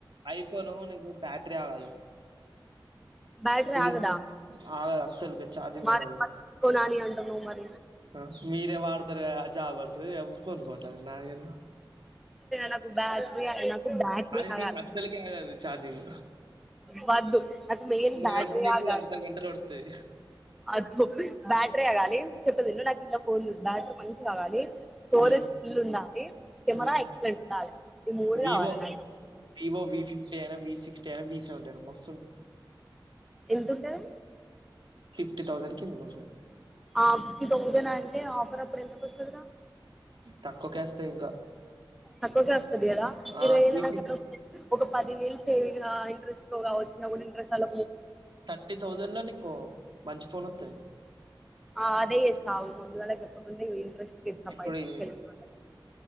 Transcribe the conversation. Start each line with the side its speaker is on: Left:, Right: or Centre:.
Right: ఐఫోను నీకు బ్యాటరి ఆగదు
Centre: బ్యాట్రి
Right: హీట్
Centre: ఆగదా
Right: ఆగదు అస్సలుకి ఛార్జింగ్
Centre: మాది
Right: ఆగదు
Centre: కొనానీ అంటనవ్ మరి
Right: ఆ మీరే వాడతరు గద జాబర్సు యమ్ కొనుకుంటరు నాదేన్
Centre: నాకు బ్యాటరీ నాకు బ్యాటరీ
Right: అది
Centre: ఆగాలి
Right: నీకు అస్సలుకే ఆగదు చార్జింగ్
Centre: వద్దు నాక్ మెయిన్ బ్యాటరీ
Right: పెడితే నీకు
Centre: ఆగాలి
Right: అర్ధ గంటలో పడుతది
Centre: అట్లు బ్యాటరీ ఆగాలి చెప్పేదిను నాకు ఇట్ల ఫోన్లు బ్యాటరీ మంచి కాగాలి స్టోరేజ్
Right: హ్మ్
Centre: ఫుల్ ఉండాలి కెమెరా
Right: హ్మ్
Centre: ఎక్స్లెంట్ ఉండాలి ఈ మూడు
Right: వివో
Centre: గావాలే నాకి
Right: వివో వి ఫిఫ్టీయైనా వి సిక్స్టీఐనా వి సెవంటీ ఐన మస్
Centre: ఎంతుంటది
Right: ఫిఫ్టీ థౌసండ్ కిందికి ఉంటాయ్
Centre: ఆ ఫిఫ్టీ థౌసండ్ అంటే ఆఫర్ అప్పుడు ఎంతకొస్తది రా
Right: తక్కువకేస్తయి ఇంకా
Centre: తక్కువకే వస్తది గదా
Right: ఆ
Centre: ఇరవై వేలు
Right: వి ఫిఫ్
Centre: <inaudible> ఒక పదివేలు సేవింగ్ ఆ ఇంట్రెస్ట్ తో కావచ్చినా గుడ ఇంట్రెస్ట్ ఆళ
Right: థర్టీ థౌజండ్ లో నీకు మంచి ఫోన్ వత్తది
Centre: ఆ అదే చేస్తా ఆగు ముందు వాళ్ళకు చెప్పకుండా ఇంట్రెస్ట్ కి ఇస్తా
Right: ఇప్పుడు
Centre: పైసలు
Right: ఈ
Centre: తెలిసిన వాళ్ళకి